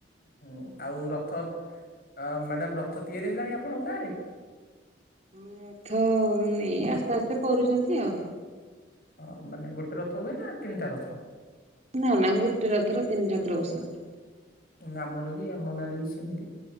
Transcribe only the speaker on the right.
ହଁ ରଥ ଏଇ ଆସ୍ତେ ଆସ୍ତେ କରୁଛନ୍ତି ଆଉ।
ନା ନା ଗୋଟେ ରଥରେ ତିନି ଠାକୁର ବସନ୍ତି।